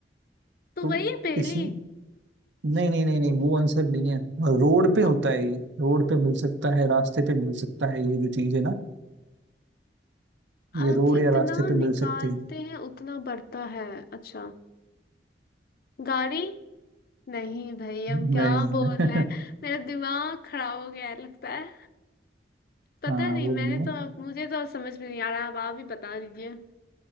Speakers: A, on the left; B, on the right.
A: तो
B: तो
A: वही है पहली
B: इस नहीं नहीं नहीं नहीं वो आंसर नहीं है रोड पे होता
A: अ-
B: है ये रोड पे मिल सकता है रास्ते पे मिल सकता है ये जो चीज है ना
A: अ,
B: ये रोड
A: जितना
B: या रास्ते पे
A: निकालते
B: मिल सकती है
A: हैं उतना बढ़ता है अच्छा गाड़ी नहीं भाई हम
B: नहीं
A: क्या बोल
B: नहीं,
A: रहे हैं
B: <laughs>
A: मेरा दिमाग खराब हो गया है लगता है पता
B: हाँ
A: नहीं
B: वो
A: मैंने
B: नहीं है
A: तो अब मुझे तो अब समझ में नहीं आ रहा अब आप ही बता दीजिए